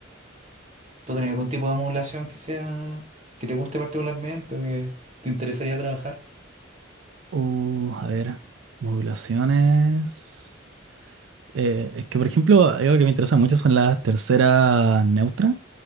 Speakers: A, on the right; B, on the right.
A: ¿Tú tenés algún tipo de modulación que sea, que te guste particularmente o que te interesaría trabajar?
B: Uh, a ver, modulaciones. Eh, es que, por ejemplo, algo que me interesa mucho son las terceras neutras,